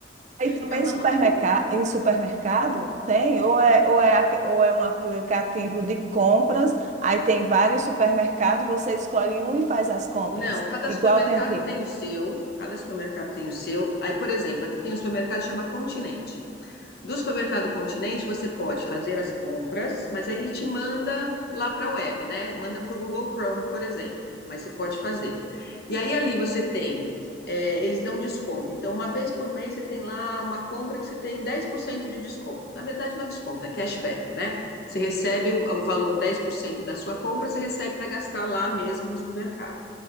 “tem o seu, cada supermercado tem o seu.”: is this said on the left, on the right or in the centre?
Left